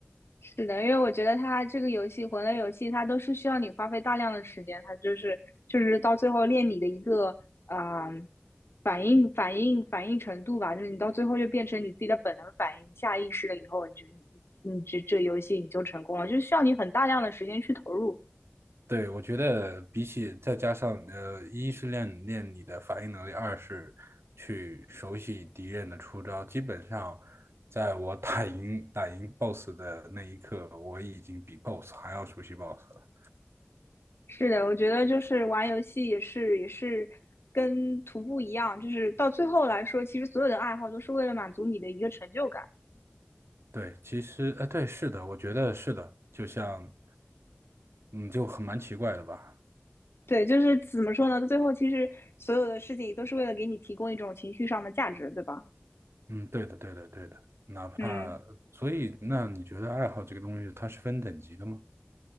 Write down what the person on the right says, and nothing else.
对，我觉得比起再加上呃，一是练练你的反应能力，二是去熟悉敌人的出招。基本上，在我打赢打赢 BOSS 的那一刻，我已经比 BOSS 还要熟悉 BOSS 了。
对，其实呃，对，是的，我觉得是的，就像嗯，就很蛮奇怪的吧。
嗯，对的，对的，对的。哪怕所以，
那你觉得爱好这个东西，它是分等级的吗？